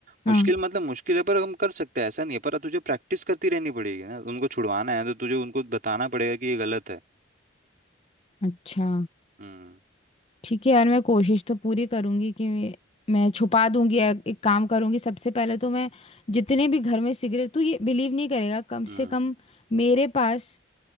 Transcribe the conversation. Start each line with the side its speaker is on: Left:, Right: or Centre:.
Right: मुश्किल
Left: हाँ
Right: मतलब मुश्किल है पर हम कर सकते हैं ऐसा नहीं है पर तुझे प्रैक्टिस करती रहनी पड़ेगी ना उनको छुड़वाना है तो तुझे उनको बताना पड़ेगा कि ये गलत है
Left: अच्छा
Right: हम्म
Left: ठीक है यार मैं कोशिश तो पूरी करूंगी कि मैं छुपा दूंगी या एक काम करूंगी सबसे पहले तो मैं जितने भी घर में सिगरेट तू ये बिलीव नहीं करेगा कम
Right: हम्म
Left: से कम मेरे पास